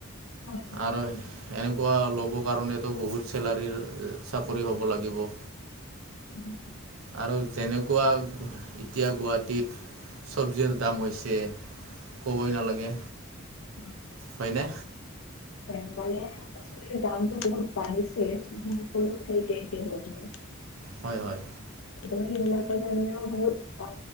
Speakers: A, on the left (about 70°); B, on the right (about 75°).
A: হয়
B: আৰু এনেকুৱা ল'ব কাৰণেতো বহুত চেলাৰীৰ চাকৰি হ'ব লাগিব।
A: উম।
B: আৰু যেনেকুৱা এতিয়া গুৱাহাটীত চবজিৰ দাম হৈছে। ক'বই নালাগে।
A: হয়।
B: হয়নে?
A: <unintelligible> পাচলিৰ দামটো বহুত বাঢ়িছে চব সকলো ঠাইতে একে বৰ্তমান।
B: হয় হয়।
A: ত সেইবিলাকৰ কাৰণে আৰু বহুত অ